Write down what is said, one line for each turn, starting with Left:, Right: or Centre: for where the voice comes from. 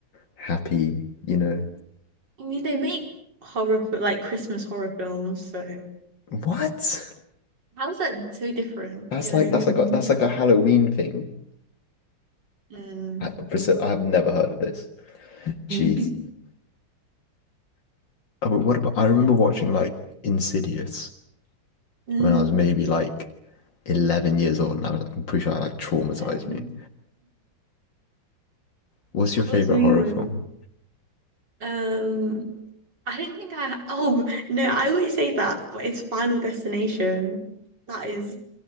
Left: happy, you know.
Right: I mean, they make horror, fi- like Christmas horror films, so
Left: What?
Right: how's that so different?
Left: That's
Right: You know
Left: like
Right: what I
Left: that's
Right: mean?
Left: like a, that's like a Halloween thing.
Right: Mm.
Left: I, Priscilla, I have never heard of this. Jeez.
Right: <laughs>
Left: Oh, but what about, I
Right: Yeah.
Left: remember watching like Insidious
Right: Mm.
Left: when I was maybe like 11 years old, and I was, I'm pretty sure I like traumatized
Right: Um,
Left: me. What's your favorite
Right: how's me
Left: horror
Right: with?
Left: film?
Right: Um, I don't think I. Oh no, I always say that, but it's Final Destination. That is